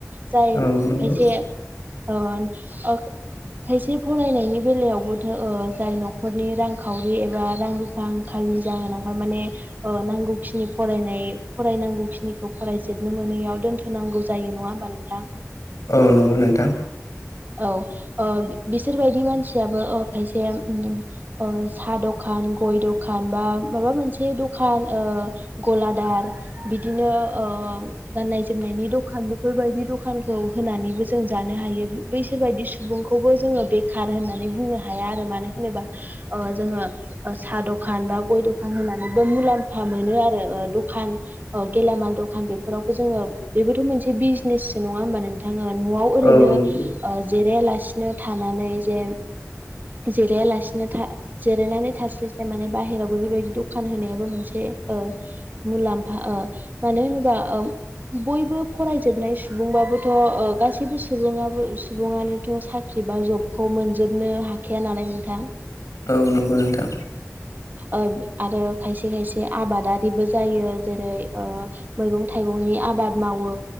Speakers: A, on the right (about 35°); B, on the left (about 80°).
A: जाय
B: औ नंगौ
A: खायसे ओ खायसे फरायनायनि बेलायावबो थो जाय न'खरनि रांखावरि एबा रां रुफा आंखाल नि जाहोनावहाय माने नांगौखिनि फरायनाय फरायनांगौखिनिखौ फरायजोबनो मोनैयाव दोनथ'नांगौ जायो नङा होमबा नोंथां?
B: औ नंगौ नोंथां।
A: औ ओ बिसोरबायदि मानसियाबो ओ खायसे ओ सा दखान बा नों गय दखान बा माबा मोनसे दखान गलादार बिदिनो ओ, गाननाय जोमनायनि दखान बेफोरबायदि दखानखौ होनानैबो जों जानो हायो बैसोर बायदि सुबुंखौबो जोङो बेखार होननानै बुंनो हाया आरो मानो होनोबा ओ जोङो साहा ओ दखान बा गय दखान होनांगौबो मुलाम्फा मोनो आरो, अ दखान ओ गेलामाल दखान बेफोरावबो जोङो बेबोथ' मोनसे बिजनेससो नङा होमबा नोंथां? ओ न'आव ओरैनो
B: औ नंगौ
A: ओ जिरायालासिनो थानानै जे जिरायालासिनो था जिरायनानै थास्लायस्लाय माने बाहेराव बेफोरबायदि दखान होनायाबो मोनसे ओ मुलाम्फा ओ मानो होनोबा उम बयबो फरायजोबनाय सुबुंबाबोथ', ओ गासैबो सुबुंङो सुबुङानोथ' साख्रि एबा जबखौ मोनजोबनो हाखाया नालाय नोंथां।
B: औ नोंगौ नोंथां।
A: ओ आरो खायसे खायसे आबादारिबो जायो। जेरै मैगं ओ थाइगंनि आबाद मावो,